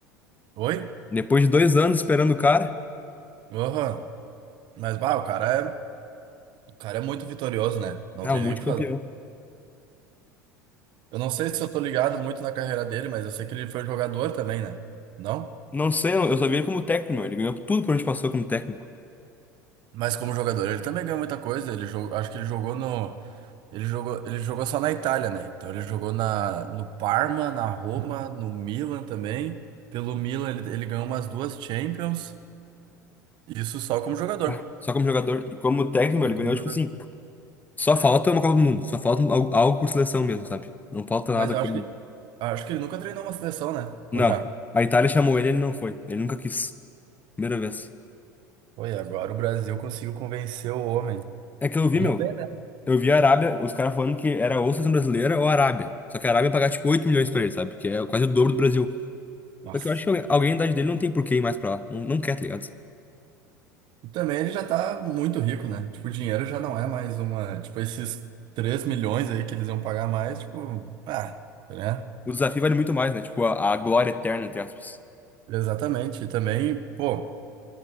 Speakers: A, on the right (about 50°); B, on the left (about 15°).
A: Oi?
B: Depois de dois anos esperando o cara.
A: Aham. Mas, bah, o cara é, o cara é muito vitorioso, né? Não
B: Ah,
A: tem
B: um multicampeão.
A: nem o que falar. Eu não sei se eu tô ligado muito na carreira dele, mas eu sei que ele foi jogador também, né? Não?
B: Não sei, eu eu só vi ele como técnico, meu. Ele ganhou tudo por onde passou como técnico.
A: Mas como jogador, ele também ganhou muita coisa. Ele jogou, acho que ele jogou no Ele jogou, ele jogou só na Itália, né? Então ele jogou na, no Parma, na Roma, no Milan também. Pelo Milan ele, ele ganhou umas duas Champions. Isso só como jogador.
B: Bah. Só como jogador. E como técnico, meu,
A: Só
B: ele
A: como
B: ganhou,
A: jogador.
B: tipo assim. Só falta uma Copa do Mundo. Só falta um, algo, algo por seleção mesmo, sabe? Não falta nada
A: Mas eu
B: como.
A: acho que acho que ele nunca treinou uma seleção, né?
B: Não.
A: Ou já?
B: A Itália chamou ele, ele não foi. Ele nunca quis. Primeira vez.
A: Foi, agora o Brasil conseguiu convencer o homem.
B: É que eu vi,
A: Vamos
B: meu.
A: ver,
B: Eu
A: né?
B: eu vi a Arábia, os caras falando que era ou seleção brasileira ou a Arábia. Só que a Arábia ia pagar tipo 8 milhões pra ele, sabe? Que é quase o dobro do Brasil.
A: Nossa.
B: Só que eu acho que alguém alguém da idade dele não tem por que ir mais pra lá. Não, não quer, tá ligado?
A: E também ele já tá muito rico, né? Tipo, o dinheiro já não é mais uma. Tipo, esses 3 milhões aí que eles iam pagar mais, tipo. Ah, né
B: O desafio vale muito mais, né? Tipo, a, a glória eterna, entre aspas.
A: Exatamente. E também, pô.